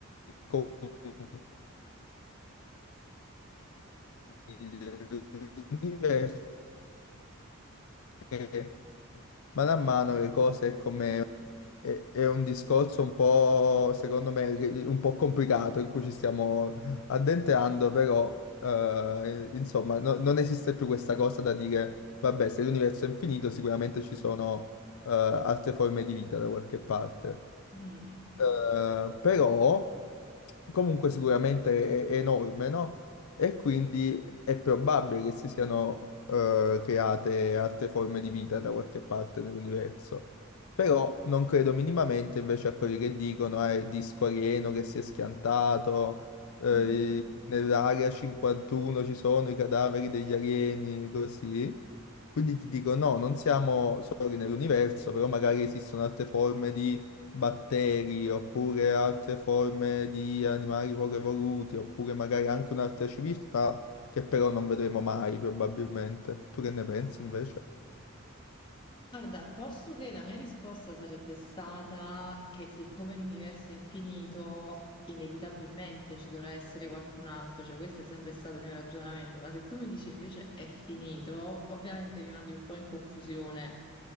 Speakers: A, on the left; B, on the left.
A: confini dell'universo che man mano le cose come È, è un discorso un po', secondo me, ri- un po' complicato in cui ci stiamo addentrando, però, eh, insomma, no- non esiste più questa cosa da dire, vabbè, se l'universo è infinito, sicuramente ci sono, eh, altre forme di vita da qualche parte.
B: Mm.
A: Eh, però comunque sicuramente è, è enorme, no? E quindi è probabile che si siano eh, create altre forme di vita da qualche parte nell'universo. Però non credo minimamente invece a quelli che dicono eh, il disco alieno che si è schiantato, eh,
B: Mm.
A: nell'area 51 ci sono i cadaveri degli alieni, così. Quindi ti dico, no, non siamo soli nell'universo, però magari esistono altre forme di batteri, oppure altre forme di animali poco evoluti, oppure magari anche un'altra civiltà che però non vedremo mai probabilmente. Tu che ne pensi invece?
B: Guarda, posso che la mia risposta sarebbe stata che siccome l'universo è infinito, inevitabilmente ci dovrà essere qualcun altro, cioè questo è sempre stato il mio ragionamento, ma se tu mi dici invece è finito, ovviamente mi mandi un po' in confusione.